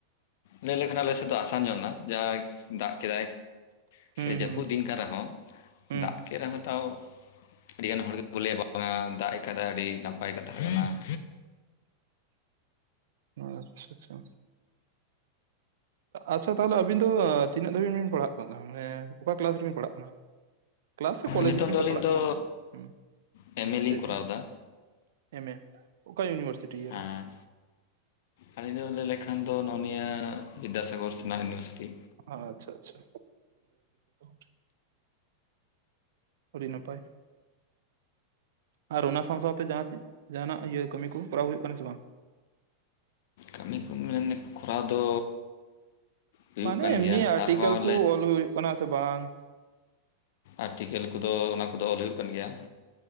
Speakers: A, on the left; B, on the right.
A: ᱞᱟᱹᱭ ᱞᱮᱠᱷᱟᱱ ᱟᱞᱮ ᱥᱮᱫ ᱫᱚ ᱟᱥᱟᱱ ᱧᱚᱜ ᱮᱱᱟ ᱡᱟᱭ ᱫᱟᱜ ᱠᱮᱫᱟᱭ ᱾
B: ᱦᱩᱸ
A: ᱥᱮ ᱡᱟᱹᱯᱩᱫ
B: ᱦᱩᱸ
A: ᱫᱤᱱ ᱠᱟᱱ ᱨᱮᱦᱚᱸ
B: ᱦᱩᱸ
A: ᱫᱟᱜ ᱠᱮᱫ ᱨᱮᱦᱚᱸ ᱛᱟᱣ ᱟᱹᱰᱤ ᱜᱟᱱ ᱦᱚᱲ ᱜᱮᱠᱚ ᱞᱟᱹᱭᱟ ᱵᱟᱝᱟ ᱫᱟᱜ ᱟᱠᱟᱫᱟᱭ ᱟᱹᱰᱤ ᱱᱟᱯᱟᱭ ᱠᱟᱛᱷᱟ ᱠᱟᱱᱟ ᱾
B: ᱟᱪᱪᱷᱟ ᱪᱷᱟ᱾ ᱟᱪᱪᱷᱟ ᱛᱟᱦᱚᱞᱮ ᱟᱹᱵᱤᱱ ᱫᱚ ᱛᱤᱱᱟᱹᱜ ᱫᱷᱟᱹᱵᱤᱡ ᱵᱤᱱ ᱯᱟᱲᱦᱟᱜ ᱠᱟᱱᱟ ᱢᱟᱱᱮ ᱚᱠᱟ ᱠᱞᱟᱥ ᱨᱮᱵᱤᱱ ᱯᱟᱲᱦᱟᱜ ᱠᱟᱱᱟ? ᱠᱮᱞᱟᱥ ᱥᱮ ᱠᱚᱞᱮᱡᱽ
A: ᱱᱤᱛᱚᱝ
B: ᱨᱮᱵᱤᱱ
A: ᱫᱚ ᱟᱹᱞᱤᱧ
B: ᱯᱟᱲᱦᱟᱜ
A: ᱫᱚ
B: ᱠᱟᱱᱟ ᱯᱟᱥᱮ ᱦᱮᱸ
A: ᱮᱢ ᱮ ᱞᱤᱧ
B: ᱞᱟᱹᱭ
A: ᱠᱚᱨᱟᱣ
B: ᱵᱤᱱ᱾
A: ᱮᱫᱟ
B: ᱮᱢᱮ ᱾ ᱚᱠᱟ ᱤᱭᱩᱱᱤᱵᱟᱨᱥᱤᱴᱤ ᱤᱭᱟᱹ
A: ᱦᱮᱸ
B: ᱨᱮ?
A: ᱟᱹᱞᱤᱧ ᱫᱚ ᱞᱟᱹᱭ ᱞᱮᱠᱷᱟᱱ ᱫᱚ ᱱᱚᱜ ᱱᱤᱭᱟᱹ ᱵᱤᱫᱽᱫᱟᱥᱟᱜᱚᱨ ᱥᱮᱱᱟᱜ ᱤᱭᱩᱱᱤᱵᱷᱟᱨᱥᱤᱴᱤ ᱾
B: ᱟᱪᱪᱷᱟ, ᱟᱪᱪᱷᱟ <unintelligible> ᱟᱹᱰᱤ ᱱᱟᱯᱟᱭ᱾ ᱟᱨ ᱚᱱᱟ ᱥᱟᱶ ᱥᱟᱶᱛᱮ ᱡᱟᱦᱟᱸ ᱡᱟᱦᱟᱸᱱᱟᱜ ᱤᱭᱟᱹ ᱠᱟᱹᱢᱤ ᱠᱚ ᱠᱚᱨᱟᱣ ᱦᱩᱭᱩᱜ ᱠᱟᱱᱟ ᱥᱮ ᱵᱟᱝ?
A: ᱠᱟᱹᱢᱤ ᱠᱚ ᱢᱮᱱ ᱠᱚᱨᱟᱣ ᱫᱚ ᱦᱩᱭᱩᱜ
B: ᱢᱟᱱᱮ
A: ᱠᱟᱱ
B: ᱮᱢᱱᱤ
A: ᱜᱮᱭᱟ
B: ᱟᱨᱴᱤᱠᱮᱞ
A: ᱟᱨᱦᱚᱸ
B: ᱠᱚ
A: ᱞᱮ
B: ᱚᱞ ᱦᱩᱭᱩᱜ ᱠᱟᱱᱟ ᱥᱮ ᱵᱟᱝ?
A: ᱟᱨᱴᱤᱠᱮᱞ ᱠᱚᱫᱚ ᱚᱱᱟ ᱠᱚᱫᱚ ᱚᱞ ᱦᱩᱭᱩᱜ ᱠᱟᱱ ᱜᱮᱭᱟ,